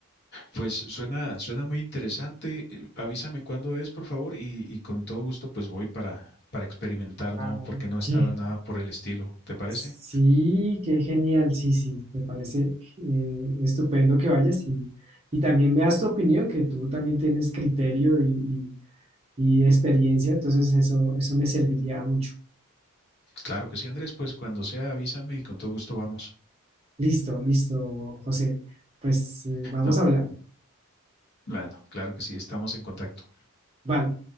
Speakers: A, on the left; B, on the right.
A: Pues suena, suena muy interesante. Eh, Avísame cuándo es, por favor, y, y con todo gusto, pues voy para, para experimentar,
B: ah,
A: ¿no? Porque no estaba
B: ¿qué?
A: nada por el estilo. ¿Te parece?
B: Sí, qué genial, sí, sí, me parece eh, estupendo que vayas y, y también me das tu opinión, que tú también tienes criterio y, y- y experiencia, entonces eso, eso me serviría mucho.
A: Claro que sí, Andrés, pues cuando sea avísame y con todo gusto vamos.
B: Listo, listo, José. Pues eh, vamos
A: Ah,
B: hablando.
A: Bueno, claro que sí, estamos en contacto.
B: Vale.